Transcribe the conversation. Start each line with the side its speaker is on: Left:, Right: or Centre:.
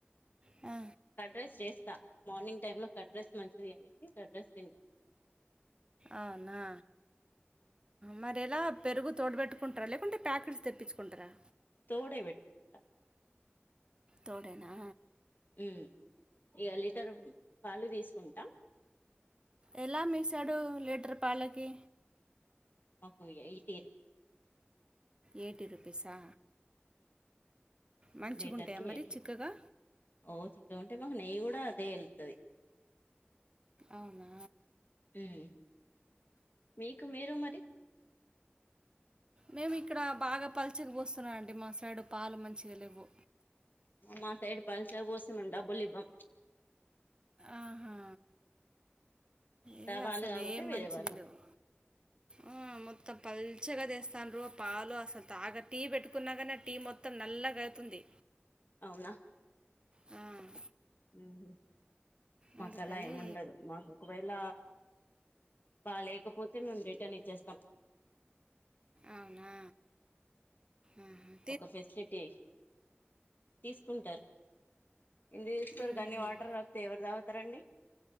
Right: ఆ
Left: కర్ఫ్రైస్ చేస్తా మార్నింగ్ టైమ్ లో కట్డ్రస్ మంచిది అనేసి కడ్రెస్ తింట్
Right: అవునా మరి ఎలా పెరుగు తోడబెట్టుకుంటార లేకుంటే టాకట్స్ తెప్పించుకుంటారా
Left: తోడై పెట్టుకుంటా
Right: తోడేనా
Left: ఉమ్ ఇక లీటర్ పాలు తీసుకుంటం
Right: ఎలా మిగిసాడు లీటర్ పాలకి
Left: మాకు ఎయిట్టిన్
Right: ఎయిటీ రూపీసా మంచిగా
Left: లీటర్
Right: ఉంటాయా
Left: కి
Right: మరి
Left: ఎయిటీ
Right: చిక్కగా
Left: ఓ చిక్క ఉంటే మాకు నెయ్యి కూడా అదే వెళ్తది
Right: అవునా
Left: ఉమ్ మీకు మీరు మరి
Right: మేము ఇక్కడ బాగా పల్చకుపోస్తున్నాం అండి మా సైడు పాలు మంచిగా లేవు
Left: మా సైడ్ పలుచగా పోస్తే మేము డబ్బులు ఇవ్వం
Right: ఆహా ఏ
Left: వాళ్ళు
Right: అసలే
Left: కాకపోతే
Right: ఏ
Left: వేరే
Right: మంచిగా
Left: వాళ్ళు
Right: లేవు ఆ మొత్తం పల్చగా తెస్తానురూ పాలు అసలు తాగా టీ పెట్టుకున్నా కానీ ఆ టీ మొత్తం నల్లగా అవుతుంది
Left: అవునా
Right: ఉమ్
Left: ఉమ్ మకాళ్ల
Right: అందుకని
Left: ఏముండదు మాకు ఒకవేళ బా లేకపోతే మేము రిటర్న్ ఇచ్చేస్తాం
Right: అవునా ఉమ్
Left: ఒక ఫెసిలిటీ తీసుకుంటారు ఎందుకు చేస్తారు
Right: మ్మ్హ్మ్.
Left: గన్ని వాటర్ వస్తే ఎవరు తాగుతారండి